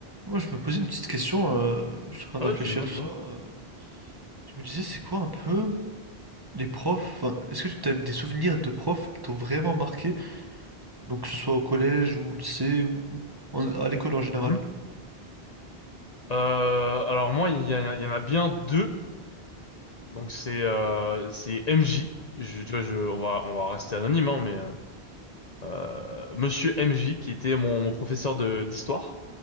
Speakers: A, on the right; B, on the left.
A: Moi, je me posais une petite question, euh, je suis en train
B: Ouais,
A: de réfléchir
B: dis-moi,
A: à tout
B: dis-moi.
A: ça. euh, je me disais, c'est quoi un peu les profs? Enfin, est-ce que tu as des souvenirs de profs qui t'ont vraiment marqué? Donc, que ce soit au collège ou au lycée ou en- à l'école en général.
B: Mhm. Euh, alors moi, il y, a- il y en a bien deux. Donc c'est euh, c'est MJ. Je, tu vois, je, on va on va rester anonyme, hein, mais euh, euh, Monsieur MJ qui était mon, mon professeur de d'histoire